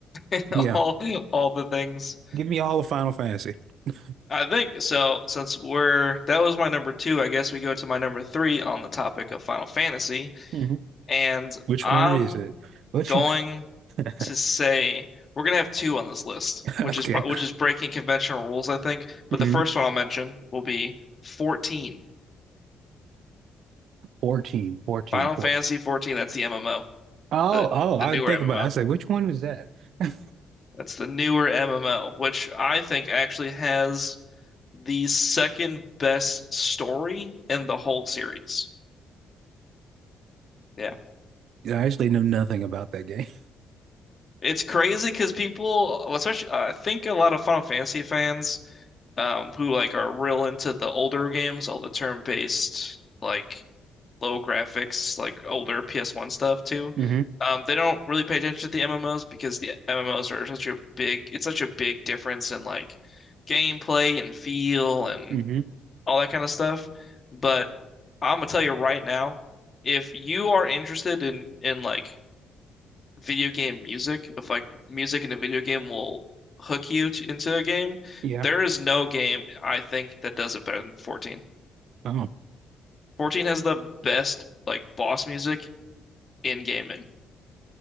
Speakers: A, on the left; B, on the right.
A: them,
B: Yeah.
A: <laughs> all all the things.
B: Give me all the Final Fantasy. <laughs>
A: I think so. Since we're that was my number two, I guess we go to my number three on the topic of Final Fantasy,
B: Mhm.
A: and
B: Which
A: I'm
B: one is it? Which
A: going
B: one? <laughs>
A: to say we're gonna have two on this list,
B: Okay.
A: which is pro which is breaking conventional rules, I think. But
B: hmm
A: the first one I'll mention will be 14.
B: 14, fourteen,
A: Final
B: fourteen.
A: Fantasy 14, that's the MMO,
B: Oh,
A: the
B: oh, I
A: the newer
B: think
A: MMO.
B: about it. I say, which one was that? <laughs> I
A: That's the newer MMO, which I think actually has the second best story in the whole series. Yeah.
B: actually know nothing about that game.
A: It's crazy because people, especially I think a lot of Final Fantasy fans um, who like are real into the older games, all the turn-based, like low graphics, like older PS1 stuff too.
B: hmm
A: Um, they don't really pay attention to the MMOs because the MMOs are such a big, it's such a big difference in like gameplay and feel and
B: hmm
A: all that kind of stuff. But I'm gonna tell you right now, if you are interested in in like video game music, if like music in a video game will hook you to, into a game,
B: Yeah.
A: there is no game I think that does it better than 14.
B: Oh,
A: 14 has the best like boss music in gaming.